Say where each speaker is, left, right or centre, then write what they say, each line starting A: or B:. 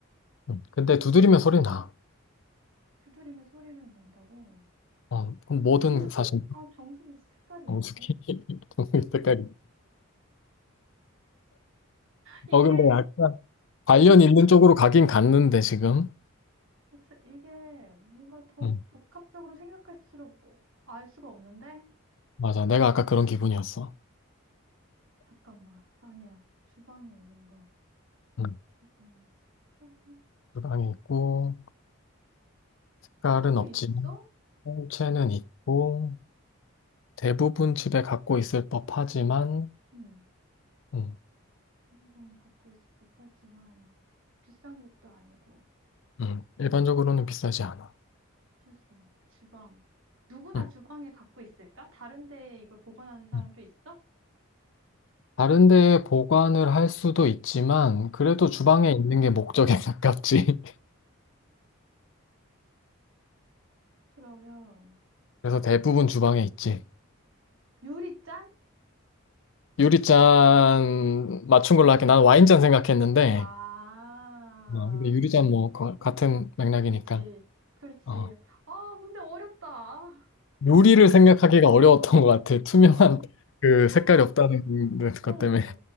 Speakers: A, on the left; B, on the right.
A: 음. 근데 두드리면 소리 나.
B: 두드리면 소리는 난다고?
A: 어, 그럼 뭐든
B: 정수리?
A: 사실
B: 아, 정수기 색깔이
A: 정수기
B: 있는데?
A: <laughs> 정수기 때까지.
B: 이게,
A: 어 근데 약간 관련 있는 쪽으로 가긴 갔는데 지금.
B: 그치, 이게 뭔가 더
A: 음,
B: 복합적으로 생각할수록 어, 알 수가 없는데?
A: 맞아. 내가 아까 그런 기분이었어.
B: 잠깐만. 아니야. 주방에 있는 거.
A: 음,
B: 주방의 색깔은?
A: 주방에 있고. 깔은
B: 그런 게
A: 없지만
B: 있어?
A: 통째는 있고 대부분 집에 갖고 있을 법하지만
B: 응.
A: 음,
B: 대부분 갖고 있을 법하지만 비싼 것도 아니고
A: 음, 일반적으로는 비싸지 않아.
B: 비싸지도 않고 주방. 누구나
A: 음,
B: 주방에 갖고 있을까? 다른 데에 이걸 보관하는 사람도
A: 음.
B: 있어?
A: 다른 데에 보관을 할 수도 있지만 그래도
B: 응.
A: 주방에 있는 게 목적에 <laughs> 가깝지.
B: 그러면
A: 그래서 대부분 주방에 있지.
B: 어. 유리잔?
A: 유리잔 맞춘 걸로 할게. 난 와인잔 생각했는데
B: 아,
A: 어, 근데 유리잔 뭐 거- 같은 맥락이니까.
B: 그치, 그렇지.
A: 어.
B: 아, 근데 어렵다. 아,
A: 요리를 생각하기가 어려웠던 것 같아. 투명한
B: 어렵다.
A: 그
B: 투명,
A: 색깔이 없다는
B: 어,
A: 것 때문에.